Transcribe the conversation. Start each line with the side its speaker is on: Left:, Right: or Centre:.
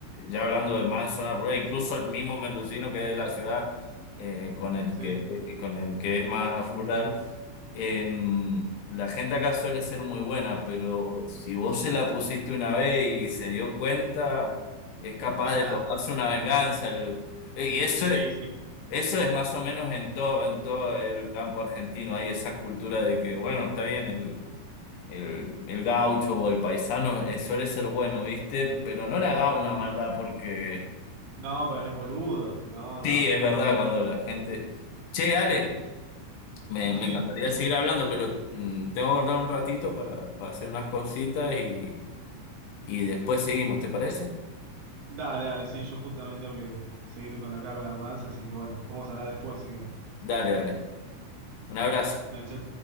Left: ya hablando de más zona rural, incluso el mismo mendocino que es de la ciudad, eh, con el
Right: Sí,
Left: que, eh, con el que es más rural em, la gente acá suele ser muy buena, pero si vos se la pusiste una vez y se dio cuenta, es capaz
Right: ya está.
Left: de tomarse una venganza. El- y eso,
Right: Sí, sí.
Left: eso es más o menos en todo, en todo el campo argentino. Hay esa cultura de que, bueno, está bien, el, el, el gaucho o el paisano eh, suele ser bueno, ¿viste? Pero no le haga una maldad porque,
Right: No, pero no es boludo. No,
Left: <laughs> sí,
Right: no.
Left: es verdad, cuando la gente... Che, Ale. Me,
Right: Sí.
Left: me encantaría seguir hablando, pero mm, tengo que guardar un ratito para, para hacer unas cositas y, y después seguimos, ¿te parece?
Right: Dale, dale, sí, yo justamente tengo que seguir con la acá con la mudanza, así que bueno, podemos hablar después si querés.
Left: Dale, dale. Un abrazo.
Right: No, chao,